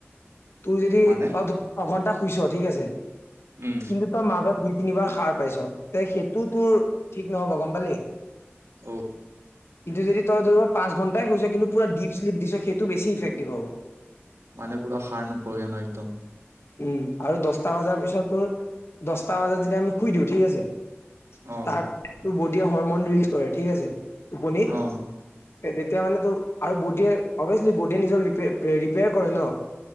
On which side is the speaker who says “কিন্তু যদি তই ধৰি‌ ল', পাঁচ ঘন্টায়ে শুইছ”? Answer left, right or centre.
Left